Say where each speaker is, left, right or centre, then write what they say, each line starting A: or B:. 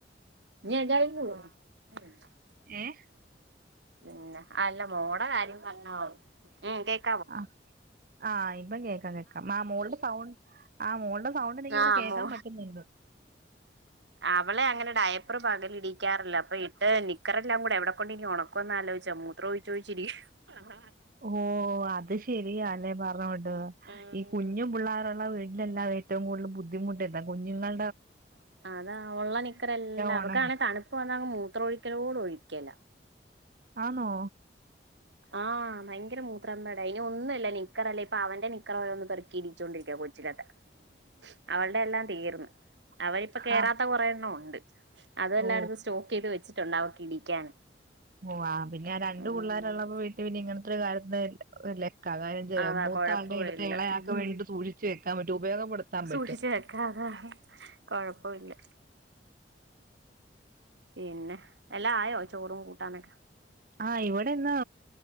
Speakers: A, on the right; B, on the right.
A: <unintelligible>
B: ഏയ്
A: പിന്നാ അല്ല മോളുടെ കാര്യം പറഞ്ഞൂ ഉം കേൾക്
B: അഹ് ആ ഇപ്പം കേൾക്കാം കേക്കാം ആ മോളുടെ സൗണ്ട് അഹ് മോളുടെ സൗണ്ട് എനിക്ക് ഇവിടെ
A: ആ
B: കേൾക്കാൻ
A: മോ
B: പറ്റുന്നുണ്ട്
A: അവളെ അങ്ങനെ ഡയപ്പർ പകൽ ഇടിക്കാറില്ല അപ്പൊ ഇട്ട് നിക്കറെ എല്ലാം കൂടെ എവിടെ കൊണ്ട് ഇനി ഉണക്കുവന്ന് ആലോചിച്ച മൂത്രമൊഴിച്ചു ഒഴിച്ച് ഇരിക്കുവാ
B: ഓഹ് അത് ശെരിയായല്ലേ പറഞ്ഞോണ്ട്
A: ഉം
B: ഈ കുഞ്ഞു പിള്ളേരുള്ള വീട്ടിലെല്ലാം ഏറ്റവും കൂടുതൽ ബുദ്ധിമുട്ട കുഞ്ഞുങ്ങള
A: അതാ ഉള്ള നിക്കറ എല്ലാം
B: ഒണ
A: അവക്കാണെ തണുപ്പ് വന്നാ മൂത്രമ ഒഴിക്കലോടെ ഒഴിക്കല
B: ആണോ
A: അഹ് ഭയങ്കര മൂത്രാമ്പാട അയിന ഒന്നുംല്ല നീ <unintelligible> ഇപ്പൊ അവന്റെ നിക്കര ഓരോന്ന് പെറുക്കി ഇടിച്ചോണ്ട് ഇരിക്കുവാ <unintelligible> <unintelligible> അവളുടെ എല്ലാം തീർന്ന അവരിപ്പ കയറാത്ത
B: ആഹ്
A: കുറെ എണ്ണം ഉണ്ട് അതെല്ലായിടത്തും
B: ഓ
A: സ്റ്റോക്ക് ചെയ്ത് വെച്ചിട്ടുണ്ട അവർക്ക് ഇടിക്കാൻ
B: ഓഹ് ആ പിന്നെ ആ രണ്ട്
A: ഉം
B: പിള്ളോരള്ളപ്പോ വീട്ടിൽ പിന്നെ ഇങ്ങനത്തെ ഒരു കാര്യത്തിന് അല്ലെ കാക <unintelligible>
A: അതാ
B: മൂത്ത
A: കൊഴപ്പമില്ല
B: ആൾടെ എടുത്തെ ഇളയാക്ക്
A: ഉം
B: വേണ്ടിട്ട് സൂക്ഷിച്ച് വെക്കാൻ പറ്റും ഉപയോഗപ്പെടു ത്താമ്പറ്റും.
A: സൂക്ഷിച്ച് വെക്കാം അതാ കൊഴപ്പമില്ല പിന്നെ എല്ലാ ആയോ ചോറും കൂട്ടാനൊക്കെ.
B: ആഹ് ഇവടിന്ന്.